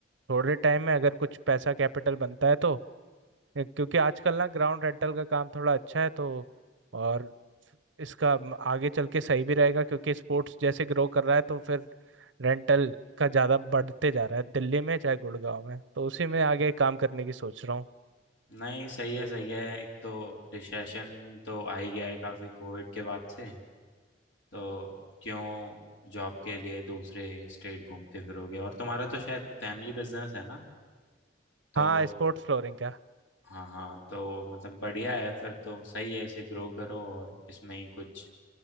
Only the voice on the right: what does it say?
थोड़े टाइम में अगर कुछ पैसा कैपिटल बनता है तो ए, क्योंकि आजकल ना ग्राउंड रेंटल का काम थोड़ा अच्छा है तो और इसका म- आगे चल के सही भी रहेगा क्योंकि स्पोर्ट्स जैसे ग्रो कर रहा है तो फिर रेंटल का ज़्यादा बढ़ते जा रहा है दिल्ली में चाहे गुड़गांव में तो उसी में आगे काम करने की सोच रहा हूँ
हाँ स्पोर्ट्स फ्लोरिंग का